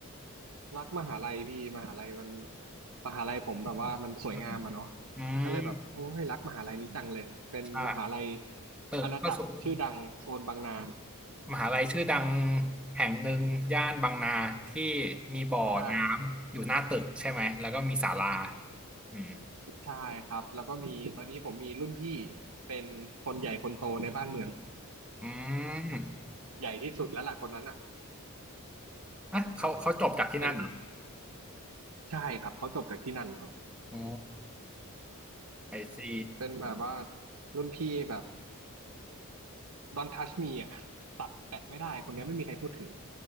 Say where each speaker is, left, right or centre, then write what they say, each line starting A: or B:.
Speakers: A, on the right; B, in the centre.
A: รักมหาลัยพี่มหาลัยมันมหาลัยผมแบบว่ามันสวยงามอะเนาะ
B: อืมอืม
A: ก็เลยแบบโอ้ยรักมหาลัยนี้จังเลยเป็นมหาลัย
B: ใช่ตึกก็สูง
A: อาณาจักรชื่อดังโซนบางนา
B: มหาลัยชื่อดังแห่งหนึ่งย่านบางนาที่มีบ่อน้ำอยู่หน้าตึกใช่ไหมแล้วก็มีศาลา
A: ใช่
B: อืม
A: ใช่ครับแล้วก็มีตอนนี้ผมมีรุ่นพี่เป็นคนใหญ่คนโตในบ้านเมือง
B: อืม
A: ใหญ่ที่สุดแล้วล่ะคนนั้นอ่ะ
B: อ่ะเขาเขาจบจากที่นั่นเหรอ
A: เป็นใช่ครับเขาจบจากที่นั่นครับ
B: อ๋อไอซี
A: เป็นแบบว่ารุ่นพี่แบบ Don't touch me อ่ะตัดแตะไม่ได้คนเนี้ยไม่มีใครพูดถึง